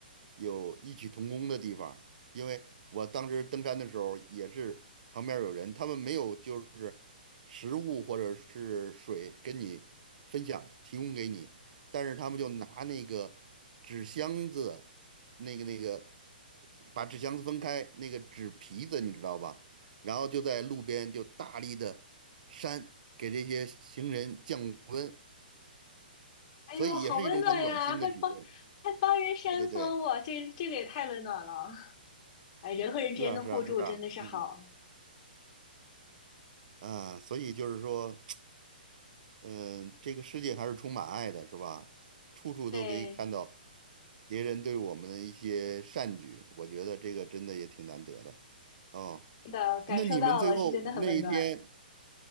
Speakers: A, on the right; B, on the left.
A: 有异曲同工的地方，因为我当时登山的时候也是旁边有人，他们没有就是食物或者是水跟你分享提供给你，但是他们就拿那个纸箱子，那个那个把纸箱子分开，那个纸皮子你知道吧？然后就在路边就大力的扇，给这些行人降温，
B: 哎呦，
A: 所以也是一种很暖心的举动。
B: 好温暖呀，还帮还帮人扇风，
A: 对对对，
B: 我这这个也太温暖了。哎，人和人之间的互助真的是好，
A: 是啊是啊是啊，嗯啊，所以就是说，嗯、这个世界还是充满爱的，是吧？处处都可以看到
B: 对，
A: 别人对我们的一些善举，我觉得这个真的也挺难得的。哦，
B: 是的，感受到了，
A: 那你们最后那一天，
B: 是真的很温暖。